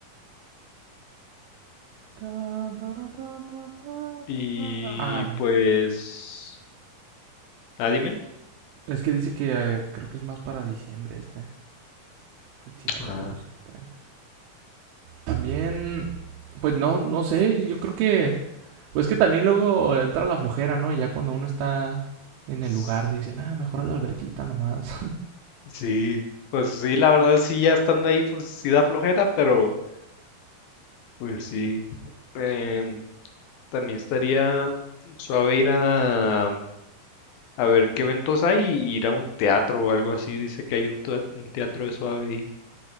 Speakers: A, on the right (about 85°); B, on the left (about 75°).
A: Ta, tara, ta, ta, tara,
B: Y
A: ta. Ah,
B: pues, ah, dime.
A: es que dice que eh, creo que es más para diciembre este festival
B: Ah,
A: de la luz, que extraño. También, pues no, no sé, yo creo que, pues que también luego entra la flojera, ¿no? Y ya cuando uno está en
B: s-
A: el lugar dicen, ah, mejor a la alberquita nomás.
B: sí, pues sí, la verdad sí, ya estando ahí, pues sí da flojera, pero pues sí. Em, también estaría suave ir a, a ver qué eventos hay y ir a un teatro o algo así. Dice que hay un, tua- un teatro de suave ahí.